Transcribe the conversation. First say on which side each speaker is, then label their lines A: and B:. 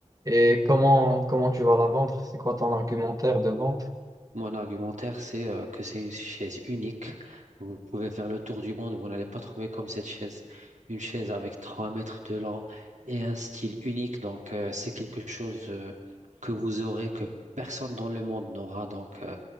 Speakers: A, on the right; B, on the right.
A: et comment, comment tu vas la vendre? C'est quoi ton argumentaire de vente?
B: Mon argumentaire, c'est euh, que c'est une chaise unique. Vous pouvez faire le tour du monde, vous n'allez pas trouver comme cette chaise. Une chaise avec 3 mètres de long et un style unique. Donc, euh, c'est quelque chose euh, que vous aurez, que personne dans le monde n'aura. Donc, euh,